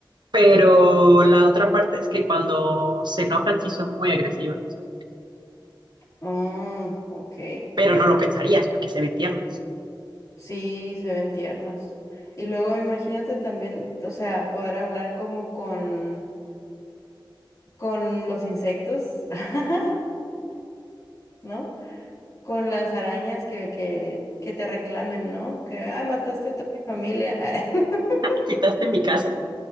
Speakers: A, on the right; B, on the left.
A: Pero la otra parte es que cuando se enojan sí son muy agresivas. O sea,
B: Oh, ok.
A: Pero no lo pensarías porque se ve tiernas.
B: Sí, se ven tiernas. Y luego imagínate también, o sea, poder hablar como con, con los insectos, <laughs> ¿no? con las arañas que, que, que te reclamen, ¿no? Que, ay, mataste a toda mi familia. <laughs>
A: Quitaste en mi casa.